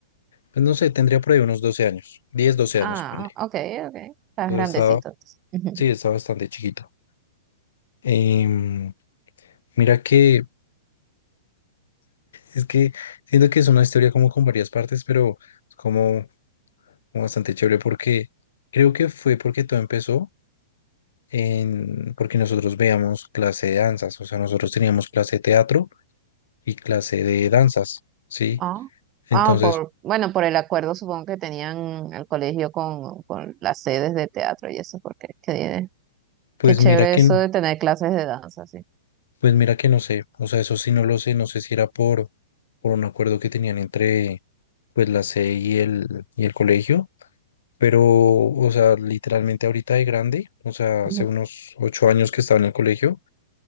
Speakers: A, on the left; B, on the right.
A: pues no sé, tendría por ahí unos 12 años, 10, 12 años,
B: Ah,
A: ponle.
B: ok, ok. Estás
A: Entonces
B: grandecito.
A: estaba,
B: entonces. <laughs>
A: sí,
B: Ujú.
A: estaba bastante chiquito. Em, mira que, es que siento que es una historia como con varias partes, pero es como, como bastante chévere porque creo que fue porque todo empezó en, porque nosotros veíamos clase de danzas, o sea, nosotros teníamos clase de teatro y clase de danzas, ¿sí?
B: Ah,
A: Entonces,
B: ah, por, bueno, por el acuerdo supongo que tenían el colegio con, con las sedes de teatro y eso, porque qué,
A: pues
B: qué chévere
A: mira que...
B: eso de tener clases de danza, sí.
A: Pues mira que no sé, o sea, eso sí no lo sé, no sé si era por, por un acuerdo que tenían entre pues la C y el, y el colegio, pero, o sea, literalmente ahorita de grande, o sea,
B: Ujú.
A: hace unos ocho años que estaba en el colegio,